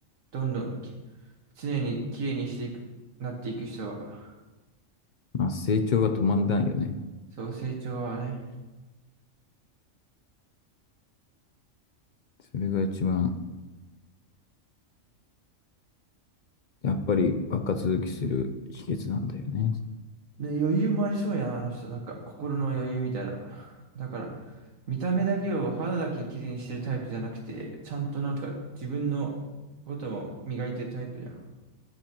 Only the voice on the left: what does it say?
まあ成長が止まんないよね。
それが一番、やっぱり若続きする秘訣なんだよね。